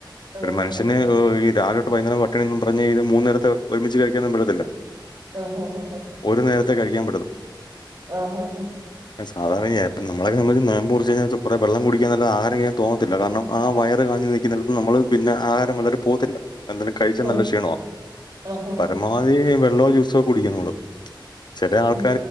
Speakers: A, on the right; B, on the left.
A: ആഹ്
B: ഒരു മനുഷ്യന് ഈ രാവിലോട്ട് വൈന്നേരം ക്കണെന്നും പറഞ്ഞ് ഇത് മൂന്ന് നേരത്തെ ഒരുമിച്ച് കഴിക്കാനൊന്നും പറ്റത്തില്ല
A: ആഹ് ഹ ഹ ഹ
B: ഒരു നേരത്തെ കഴിക്കാൻ
A: ആഹ് ഹ ഹ
B: സാധാരണയിയേട്ടൻ നമ്മളെ സംബന്ധിച്ച് നേമ്പ്റിച്ച് കഴിഞ്ഞാൽ കുറെ വെള്ളം കുടിക്കാന്നല്ലെ ആഹാരം കഴിക്കാൻ തോന്നത്തില്ല കാരണം ആഹ് വയറ് കാഞ്ഞ് നി ക്കി നിൽക്കും നമ്മള് പിന്നെ ആഹാരം വല്ലാതെ പോവത്തില്ല എന്തേലും കഴിച്ചാൽ
A: ഓ
B: നല്ല ക്ഷീണ
A: ആഹാ
B: പരമ വതി വെള്ളോ ജ്യൂസോ കുടിക്കും നമ്മള് ചെല ആൾക്കാ
A: അല്ല